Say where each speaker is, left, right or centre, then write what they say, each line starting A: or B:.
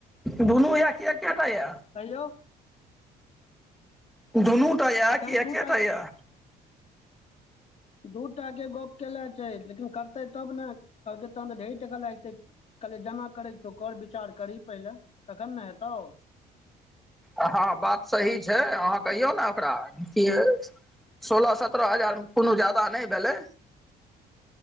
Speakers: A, in the centre; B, on the left (about 40°).
A: दुनू या कि एकेटा या
B: कहियौ
A: दुनूटा यऽ
B: एखन
A: कि एकेटा
B: दू
A: यऽ
B: दूटा के गप केने छै लेकिन कर तै तब ने कहलकै तहन तऽ ढेरी टका लागि जेतै कहलियै जेना करै के छौ कर विचार करही पहिले तखन ने हेतौ
A: आ हँ बात सही छै अहाँ कहियौ ने ओकरा कि अछि सोलह सतरह हजार मे कोनो जादा नहि भेलै